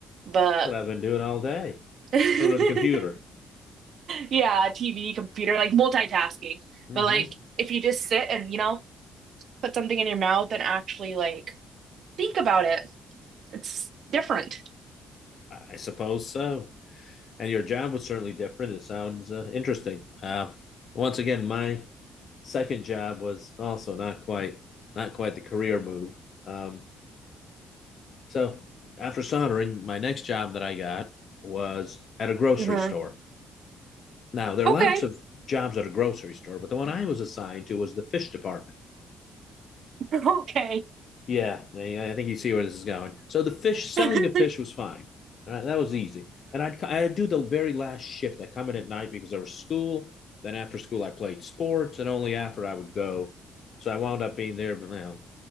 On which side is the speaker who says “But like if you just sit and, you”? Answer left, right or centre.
Right